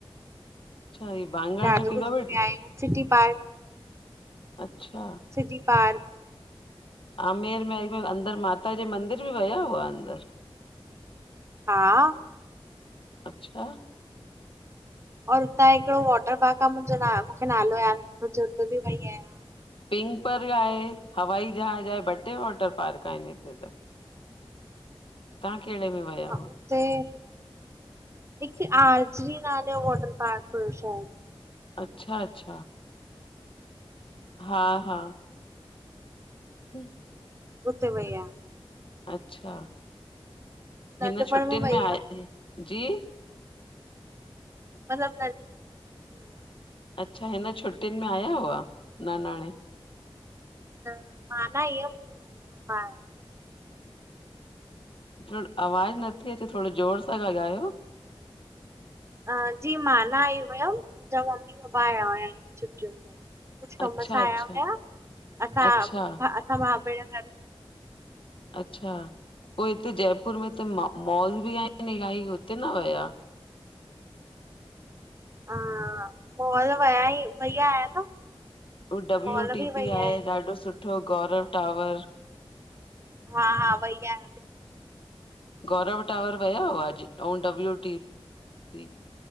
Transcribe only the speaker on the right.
ॾाढो
कुझु
घुमिया आहियूं सिटी पार्क
सिटी पार्क।
हा
और हुतां हिकिड़ो वॉटर पार्क आहे मुंहिंजो नालो आहे हुते बि वेई आहियां।
<inaudible>
हुते हिकु आर्चरी नाले जो वॉटर पार्क हुयो शायद।
उते वयां
नंढपण
वई
हुयमि
मतलब <unintelligible>
त मां न आई हुयम ॿार
अ जी मां न आई हुयमि मुंहिंजा मम्मी पपा आया हुया हिननि छुटियुनि में कुझु कम
सां
आया हुया असां
असां महाबेर
हा मांल वया ई वईया आया न
मॉल बि
वई आहियां
हा हा वई आं